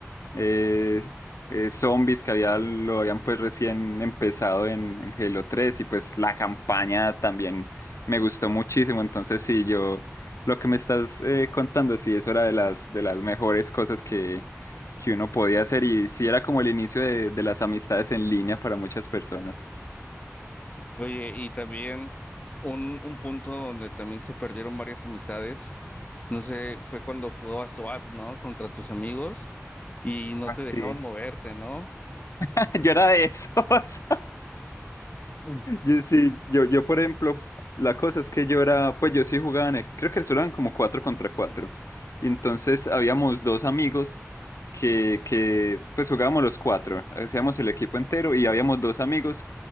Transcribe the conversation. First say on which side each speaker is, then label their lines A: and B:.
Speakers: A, on the left (about 80°); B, on the left (about 30°).
A: eh, eh, zombies que había, lo habían pues recién empezado en, en Halo tres y pues la campaña también me gustó muchísimo. Entonces sí, yo lo que me estás eh, contando, sí, eso era de las, de las mejores cosas que, que uno podía hacer y sí era como el inicio de, de las amistades en línea para muchas personas.
B: Oye, y también un, un punto donde también se perdieron varias amistades, no sé, fue cuando jugabas SWAT, ¿no? Contra tus amigos y no
A: Ah,
B: te
A: sí.
B: dejaban moverte, ¿no?
A: <laughs> Yo era de esos.
B: Mm.
A: Yo, sí, yo, yo, por ejemplo, la cosa es que yo era, pues yo sí jugaba en, el- creo que solo eran como cuatro contra cuatro. Y Entonces habíamos dos amigos que, que, pues jugábamos los cuatro, hacíamos el equipo entero y habíamos dos amigos